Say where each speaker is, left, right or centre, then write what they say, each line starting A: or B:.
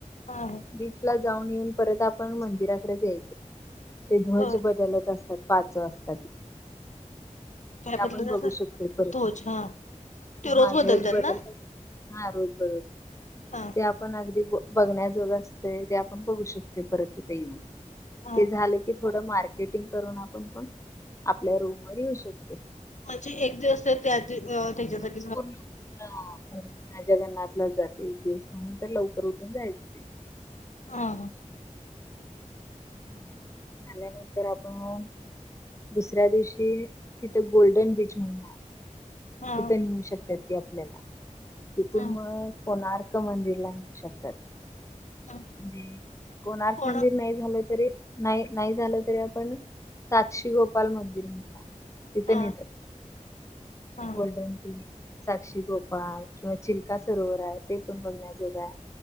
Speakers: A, on the left; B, on the left.
A: हा.
B: बीच ला जाऊन येऊन परत आपण मंदिराकडेच यायचं. ते ध्वज
A: हो
B: बदलत असत पाच वासता ती.
A: काय
B: ते आपण
A: बदलत
B: बघू
A: असं
B: शकतोय परत.
A: तोच हा ते
B: हा
A: रोज बदलतात
B: ध्वज बदलत
A: ना
B: हा, रोज बदल
A: हा.
B: ते
A: हा
B: आपण अगदी ब बघण्याजोगं असतंय. ते आपण बघू शकतोय, परत तिथं येऊन.
A: हा
B: ते झालं
A: हा
B: की, थोडं मार्केटिंग करून आपण पण आपल्या रूमवर येऊ शक-
A: म्हणजे एक दिवस तर त्या ती अ त्याच्यासाठी
B: पूर्ण- पूर्ण, जगन्नाथला जाते एक दिवस. म्हणून तर लवकर उठून जायचं ते.
A: हा, हा.
B: हम्म. झाल्यानंतर आपण दुसऱ्या दिवशी, तिथं गोल्डन बीच म्हणून हाय.
A: हा
B: तिथं नेऊ शकतात ते आपल्याला. तिथून
A: हा
B: मग कोणार्क मंदिर ला नेऊ शकतात.
A: हा
B: जी, कोणार्क
A: कोण
B: मंदिर नाही झालं तरी, नाही नाही झालं, तरी आपण साक्षी गोपाल मंदिर म्हणून आ तिथं
A: हा
B: नेतात.
A: हा
B: गोल्डन ते साक्षी गोपाल, किंवा चिलका सरोवर हाय. ते पण बघण्याजोगाय.